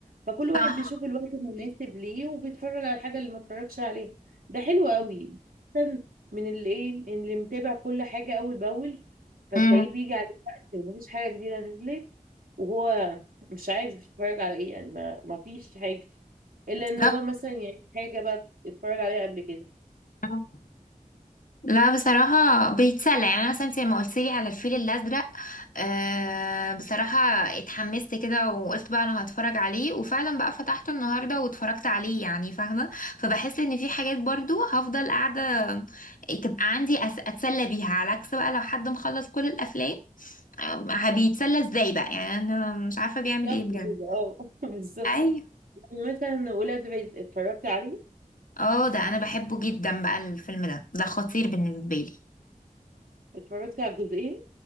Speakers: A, on the right; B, on the left.
A: فكل واحد
B: صح
A: بيشوف الوقت المناسب ليه وبيتفرج على الحاجه اللي ما اتفرجش عليها ده حلو قوي أحسن من اللي ايه اللي متابع كل حاجه اول باول فتلاقيه
B: اي
A: بيجي على وقت ومفيش حاجه جديده نزلت وهو مش عارف يتفرج على ايه يعني ما ما فيش حاجه الا
B: بالظبط
A: ان هو مثلا يعني حاجه بقى اتفرج عليها قبل كده
B: آه. لا بصراحة بيتسلى يعني أنا مثلا أنت لما قلت لي على الفيل الأزرق آه بصراحة اتحمست كده وقلت بقى أنا هتفرج عليه وفعلا بقى فتحته النهاردة واتفرجت عليه يعني فاهمة فبحس إن في حاجات برضو هفضل قاعدة تبقى عندي أس- أتسلى بيها على عكس بقى لو حد مخلص كل الأفلام آه، بيتسلى إزاي بقى يعني أنا مش عارفة بيعمل
A: بالظبط
B: إيه بجد
A: كده اه <laughs> بالظبط
B: أيوة
A: يعني مثلا ولاد رزق اتفرجت عليه
B: اه ده أنا بحبه جدا بقى الفيلم ده ده خطير بالنسبة لي
A: اتفرجت على الجزئين